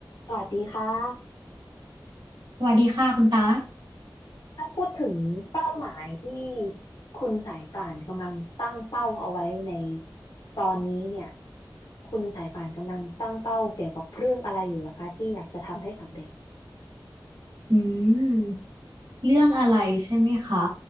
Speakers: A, on the left; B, on the right.
A: สวัสดีค่ะ
B: สวัสดีค่ะคุณตั๊ก
A: ถ้าพูดถึงเป้าหมายที่คุณสายป่านกำลังตั้งเป้าเอาไว้ในตอนนี้เนี่ยคุณสายป่านกำลังตั้งเป้าเกี่ยวกับเรื่องอะไรอยู่ล่ะคะที่อยากจะทำให้สำเร็จ
B: อืมเรื่องอะไรใช่ไหมคะ